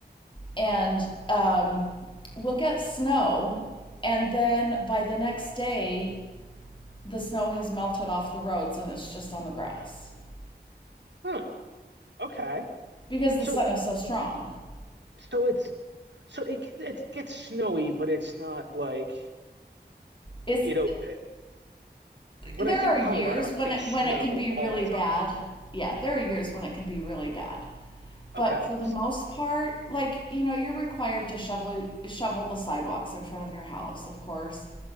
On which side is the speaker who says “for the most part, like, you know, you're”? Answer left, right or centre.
Left